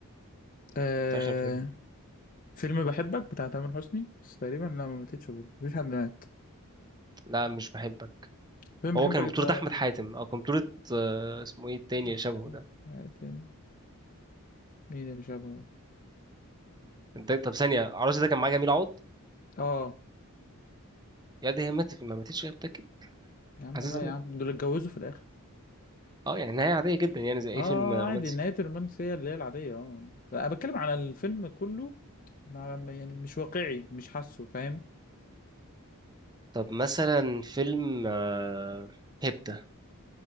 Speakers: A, on the left; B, on the right.
A: آه...
B: في اخر فيلم
A: فيلم بحبك بتاع تامر حسني بس تقريبا لا ما ماتتش برضه مفيش حد مات
B: لا مش بحبك
A: فيلم بحبك
B: هو كان بطولة
A: ده
B: أحمد حاتم أو كان بطولة آه، اسمه إيه التاني اللي
A: احمد
B: شبهه ده
A: حاتم مين اللي شافه
B: ده- طب ثانية عروس ده كان معاه جميل عوض
A: اه
B: يا دي هي ماتت في- ما ماتتش هي متأكد
A: يا عم
B: حاسسها
A: لا
B: ماتت
A: يا عم دول اتجوزوا في الاخر
B: أه يعني نهاية عادية جدا يعني زي أي
A: اه
B: فيلم رومانسي
A: عادي نهاية الرومانس هي اللي هي العادية اه انا بتكلم على الفيلم كله ما ما- يعني مش واقعي مش حاسه فاهم
B: طب مثلا فيلم آه، هيبتا